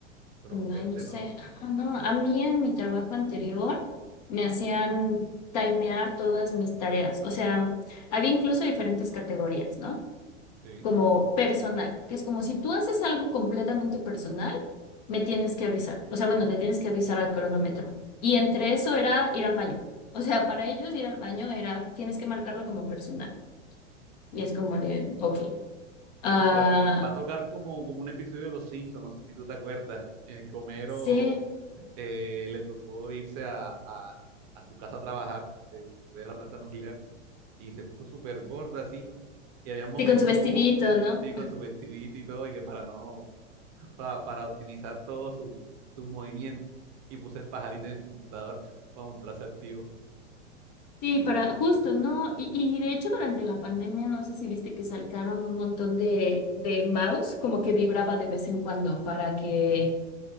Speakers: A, on the right; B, on the left.
A: pero fuerte,
B: Ay, no sé.
A: ¿no?
B: Ah, No, a mí en mi trabajo anterior me hacían timear todas mis tareas. O sea, había incluso diferentes categorías, ¿no?
A: Sí.
B: Como personal, que es como si tú haces algo completamente personal, me tienes que avisar. O sea, bueno, te tienes que avisar al cronómetro. Y entre eso era ir al baño. O sea, para ellos ir al baño era, tienes que marcarlo como personal. Y es como de, ok. Ah,
A: Pero te va, va a tocar como, como un episodio de Los Simpsons, no sé si tú te acuerdas, en el que Homero
B: sí,
A: eh, le tocó irse a, a- a su casa a trabajar eh, después de la planta nuclear y se puso súper gorda así Y había momentos
B: sí, con su vestidito,
A: como,
B: ¿no?
A: sí, con su vestidito y todo, y que para no, para, para optimizar todos sus sus movimientos. Y puse el pajarito en el computador <laughs> para mostrarse activo.
B: Sí, para justo, ¿no? Y, y de hecho durante la pandemia, no sé si viste que sacaron un montón de, de mouse, como que vibraba de vez en cuando para que